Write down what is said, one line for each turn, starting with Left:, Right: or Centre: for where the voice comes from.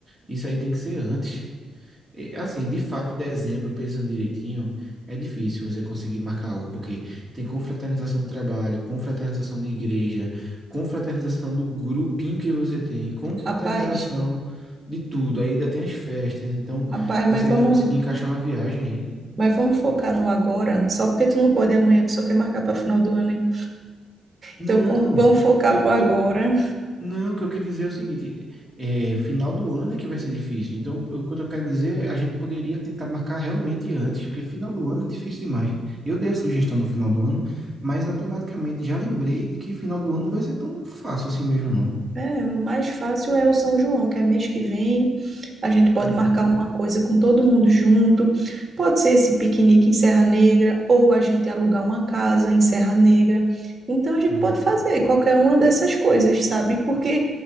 Centre: Isso aí tem que ser antes. E, Assim, de fato, dezembro, pensando direitinho, é difícil você conseguir marcar algo, porque tem confraternização do trabalho, confraternização de igreja, confraternização do grupinho que você tem, confraternização
Right: Rapaz,
Centre: de tudo. Aí ainda tem as festas, então
Right: rapaz,
Centre: você
Right: mas
Centre: ainda
Right: vamos,
Centre: conseguir encaixar uma viagem aí.
Right: mas vamos focar no agora. Só porque tu não pode amanhã, tu só quer marcar para final do ano, hein?
Centre: Não,
Right: Então vamos, vamos focar
Centre: eu,
Right: pro agora
Centre: eu Não, o que eu quis dizer é o seguinte, é, final do ano é que vai ser difícil. Então, o que eu quero dizer, é, a gente poderia tentar marcar realmente antes, porque final do ano é difícil demais. Eu dei a sugestão do final do ano, mas automaticamente já lembrei de que final do ano não vai ser tão fácil assim mesmo, não.
Right: É, mais fácil é o São João, que é mês que vem. A gente pode
Centre: Uhum,
Right: marcar uma coisa com todo mundo junto. Pode ser esse piquenique em Serra Negra, ou a gente alugar uma casa em Serra Negra. Então a gente
Centre: uhum,
Right: pode fazer qualquer uma dessas coisas, sabe? Porque